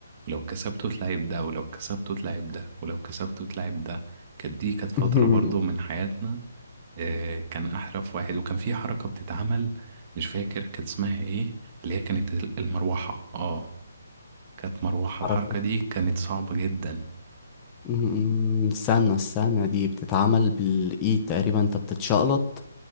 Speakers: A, on the right; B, on the left.
A: ولو كسبته تلعب ده ولو كسبته تلعب ده ولو كسبته تلعب ده كانت دي كانت فترة
B: <laughs>
A: برضو من حياتنا آه، كان احرف واحد وكان في حركة بتتعمل مش فاكر كانت اسمها ايه اللي هي كانت المروحة اه كانت مروحة
B: حركة
A: الحركة دي كانت صعبة جدا
B: مم، استنى استنى دي بتتعمل بالإيد تقريبا أنت بتتشقلط